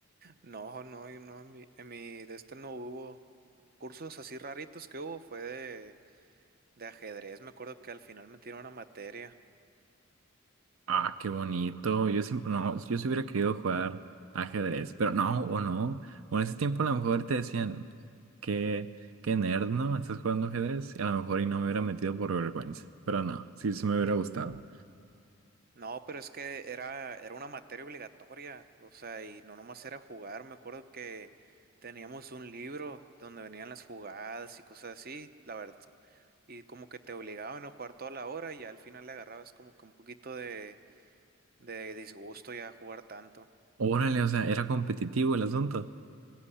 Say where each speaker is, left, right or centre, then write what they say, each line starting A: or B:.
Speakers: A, on the right; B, on the right.
A: No, no, y no, en mi, en mi de este no hubo cursos así raritos que hubo, fue De ajedrez, me acuerdo que al final metieron una materia.
B: Ah, qué bonito. Yo siempre, no, yo sí hubiera querido jugar ajedrez, pero no, o no. O en ese tiempo a lo mejor te decían, qué, qué nerd, ¿no? Estás jugando ajedrez. Y a lo mejor y no me hubiera metido por vergüenza. Pero no, sí, sí me hubiera gustado.
A: No, pero es que era, era una materia obligatoria, o sea, y no nomás era jugar, me acuerdo que teníamos un libro donde venían las jugadas y cosas así, la verdad, y como que te obligaban a jugar toda la hora y ya al final le agarrabas como que un poquito de, de disgusto ya a jugar tanto.
B: Órale, o sea, era competitivo el asunto. <laughs>